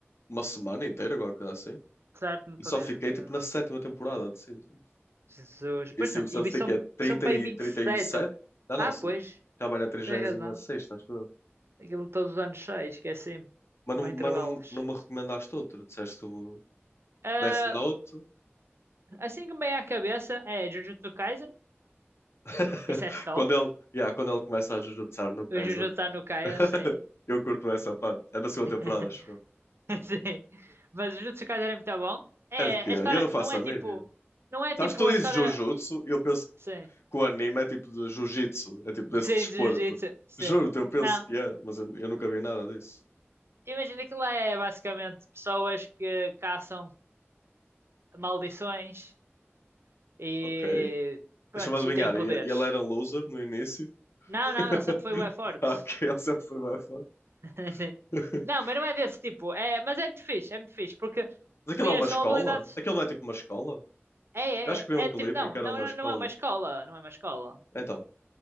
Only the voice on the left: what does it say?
uma semana inteira, alguma coisa assim.
E
só fiquei
tipo na sétima temporada de Simpsons.
e
em Santos
tem
que é 30
e
trinta
e sete
Não,
não, sou...
já vai na 36,
acho eu.
Mas,
não,
mas não, não me recomendaste outro. Disseste o
Death Note.
<laughs>
Quando ele, yeah, quando ele começa a jujutsar no Kaisen.
<laughs>
Eu curto essa parte. É da segunda
temporada, acho eu.
É de quê? Eu
não faço
a
mínima.
Sabes, tu dizes
Jujutsu e eu penso
que o anime é tipo de Jiu-Jitsu. É tipo desse
desporto.
Juro-te, eu penso
que é, mas eu, eu nunca vi nada disso.
Ok.
Deixa-me adivinhar.
e- Ele era um loser no início.
<laughs>
Ah, ok, ele sempre foi mais forte.
<laughs>
Mas aquilo
é uma
escola?
Aquilo não é tipo uma escola?
Eu acho que vi
um
clipe
em que era
uma
escola.
Então,